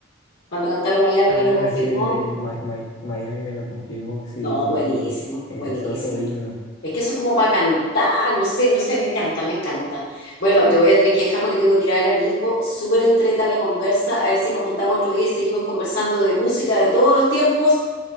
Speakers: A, on the left; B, on the left.
A: Cuando cantaron Miami
B: ah,
A: me lo confirmó.
B: sí, el de Mi- Mi- Miami me lo confirmó. Sí,
A: No,
B: sí,
A: buenísimo,
B: sí. Ese
A: buenísimo.
B: es otro himno.
A: Es que eso es como para cantar, no sé, no sé, me encanta, me encanta. Bueno, te voy a tener que dejar porque tengo que ir a ver a mi hijo. Súper entreta la conversa, a ver si nos juntamos otro día y seguimos conversando de música de todos los tiempos